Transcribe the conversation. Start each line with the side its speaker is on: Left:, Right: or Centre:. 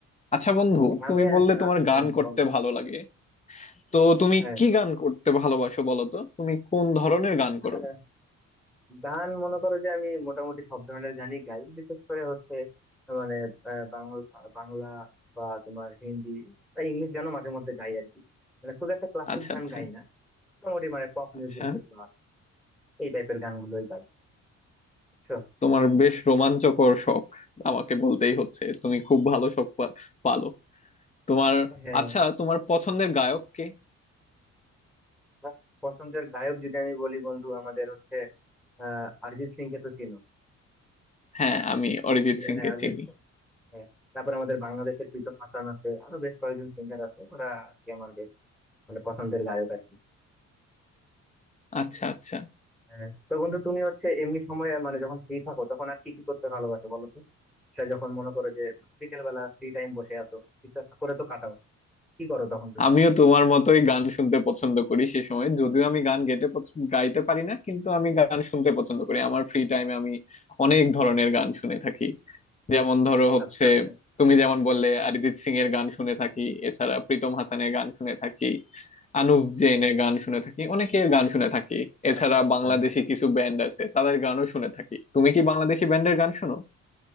Left: আচ্ছা বন্ধু
Centre: হ্যাঁ, আমি
Left: তুমি
Centre: আস-
Left: বললে তোমার
Centre: আ- হুম,
Left: গান করতে
Centre: বলো
Left: ভালো লাগে তো তুমি
Centre: হ্যাঁ
Left: কি গান করতে ভালোবাসো বলো তো তুমি কোন ধরনের গান
Centre: হ্যাঁ,
Left: করো
Centre: গান মনে করো যে আমি মোটামুটি সব ধরনের গানই গাই বিশেষ করে হচ্ছে মানে আহ, বাংলা বাংলা বা তোমার হিন্দি বা ইংলিশ গানও মাঝে মধ্যে গাই আর কি মানে খুব একটা ক্লাসিক
Left: আচ্ছা
Centre: গান
Left: আচ্ছা
Centre: গাই না মোটামুটি মানে পপ মিউজিক
Left: আচ্ছা
Centre: যেগুলো আছে এই টাইপের গানগুলোই গাই বুঝছো
Left: তোমার বেশ রোমাঞ্চকর শখ আমাকে বলতেই হচ্ছে তুমি খুব ভালো শখ পা- পালো তোমার
Centre: হ্যাঁ
Left: আচ্ছা তোমার পছন্দের গায়ক কে
Centre: আমার পছন্দের গায়ক যদি আমি বলি বন্ধু আমাদের হচ্ছে আহ অরিজিৎ সিং কে তো চিনো
Left: হ্যাঁ আমি অরিজিৎ
Centre: ইন্ডিয়ার
Left: সিং
Centre: হ্যাঁ
Left: কে
Centre: অরিজিৎ
Left: চিনি
Centre: সিং হ্যাঁ। তারপরে আমাদের বাংলাদেশের লিটন হাসান আছে আরো বেশ কয়েকজন সিঙ্গার আছে ওরা আর কি আমার বেশ মানে পছন্দের গায়ক আর কি
Left: আচ্ছা আচ্ছা
Centre: হ্যাঁ। তো বন্ধু তুমি হচ্ছে এমনি সময় মানে যখন ফ্রি থাকো তখন আর কি কি করতে ভালোবাসো বলো তো সেটা যখন মনে করো যে বিকেল বেলা ফ্রি টাইম বসে আছো কিছু একটা করে তো কাটাও কি করো তখন তুমি
Left: আমিও তোমার মতোই গান শুনতে পছন্দ করি সে সময় যদিও আমি গান গাইতে পছ- গাইতে পারি না কিন্তু আমি গান শুনতে পছন্দ করি আমার ফ্রি টাইমে আমি অনেক ধরনের গান শুনে থাকি যেমন ধরো হচ্ছে
Centre: আচ্ছা আচ্ছা
Left: তুমি যেমন বললে অরিজিৎ সিং এর গান শুনে থাকি এছাড়া প্রীতম হাসানের গান শুনে থাকি আনুপ জৈনের গান শুনে থাকি অনেকের গান শুনে থাকি এছাড়া
Centre: আচ্ছা আচ্ছা
Left: বাংলাদেশি কিছু ব্যান্ড আছে তাদের গানও শুনে থাকি তুমি কি বাংলাদেশি ব্যান্ডের গান শোনো